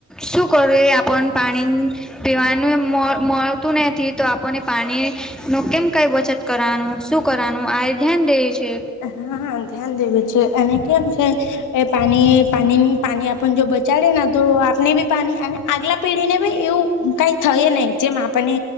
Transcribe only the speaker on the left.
હા, ધ્યાન દેવું જોઈએ એને કેમ એ પાણી પાણી પાણી આપ જો ચડે ને તો આપને બી પાણી અને આગલા પેઢીને ભી એવું કઈ થાય નહી. જેમ આપણને